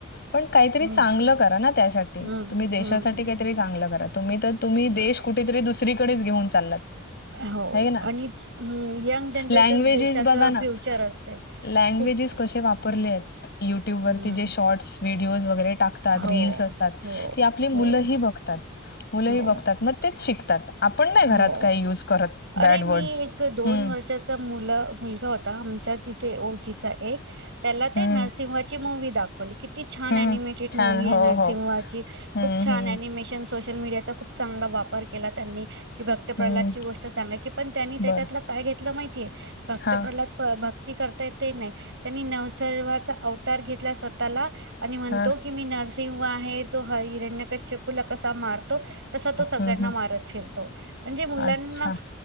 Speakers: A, on the left; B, on the right.
A: पण काहीतरी
B: हम्म
A: चांगलं करा ना त्यासाठी
B: हम्म
A: तुम्ही देशासाठी
B: हम्म
A: काहीतरी
B: हम्म
A: चांगलं करा तुम्ही तर तुम्ही
B: बरोबर.
A: देश कुठेतरी दुसरीकडेच घेऊन चालात
B: हो
A: हय ना
B: आणि हं, यंग जनरेशन
A: लँग्वेजेस
B: देशाचं
A: बघा ना
B: फ्युचर असते.
A: लँगवेज्स
B: खूप
A: कशे वापरे आहेत ट्यूब वर
B: हम्म
A: जे शॉर्टस व्हिडिओज वगैरे टाकतात
B: हो,
A: रिल्स असतात
B: हो,
A: कि आपली
B: हो,
A: मुलंही बघतात मुलंही
B: हो,
A: बघतात मग तेच शिकतात आपण नाही घरात
B: हो
A: काही यूज करत बॅड
B: अरे
A: वर्ड्स.
B: मी एक दोन
A: हं,
B: वर्षाचा मुलं मुलगा होता आमच्या तिथ ते ओळखीचा एक त्याला ते
A: हं,
B: नरसिंहाची मूवी दाखवली कि ती छान
A: हं.
B: अनिमेटेड
A: छान.
B: मुूवी
A: हो,
B: आहे नरसिंहा
A: हो.
B: ची
A: हं,
B: खूप छान
A: हं,
B: अनिमेशन सोशल मडियाचा खूप चांगला वापर केला त्यांनी कि भक्त प्रल्हादाची
A: हं.
B: गोष्ट सांगायची पण त्यांनी त्याच्यातलं
A: बरं.
B: काय घेतलं माहितीय भक्त
A: हां,
B: प्रल्हाद ती करता येते ते नाही त्यांनी नवसर्वाचा अवतार घेतला स्वतःला आणि म्हणतो
A: हां.
B: की मी नरसिंह आहे जो ह हिरण्यकश्य फुला कसा मारतो तसा तो सगळ्यांना
A: हं, हं.
B: मारत फिरतो म्हणजे मुलांना
A: अच्छा.